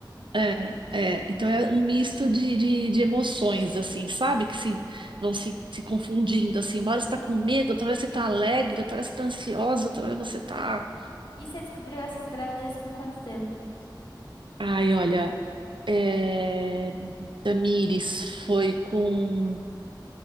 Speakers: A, on the right (about 85°); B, on the left (about 75°).
A: É, é, então é um misto de, de, de emoções, assim, sabe? Que se, vão se, se confundindo, assim. Uma hora você tá com medo, outra hora você tá alegre, outra hora você tá ansiosa, outra hora você tá...
B: E você descobriu essas gravidezes com quanto tempo?
A: Ai, olha, é... Tamires foi com